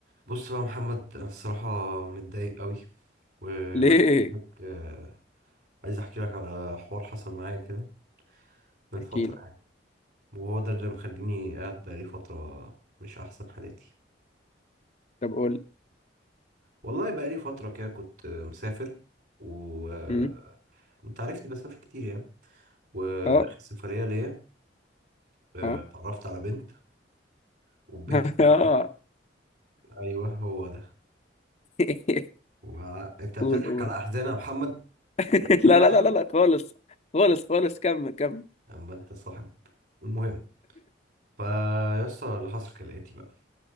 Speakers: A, on the right; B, on the left.
A: بص بقى يا محمد انا الصراحه متضايق قوي وعايز
B: ليه
A: احكي لك آه، عايز احكي لك على حوار حصل معايا كده من
B: احكي
A: فتره
B: لي
A: يعني وهو ده اللي مخليني قاعد بقالي فتره مش احسن حالاتي
B: طب قول لي
A: والله بقالي فتره كده كنت آه، مسافر و آه،
B: أمم،
A: انت عارفني بسافر كتير يعني واخر
B: اه
A: سفريه ليا آه،
B: اه
A: اتعرفت على بنت والبنت
B: <laughs>
A: دي
B: اه
A: قعدت- ايوه هو ده
B: <laughs>
A: وع- انت بتضحك
B: قول قول
A: على احزاني يا محمد
B: <laughs>
A: كده
B: لا
A: يعني
B: لا لا لا لا خالص خالص خالص كمل كمل
A: اما انت صاحب المهم فيسطا اللي حصل كالآتي بقى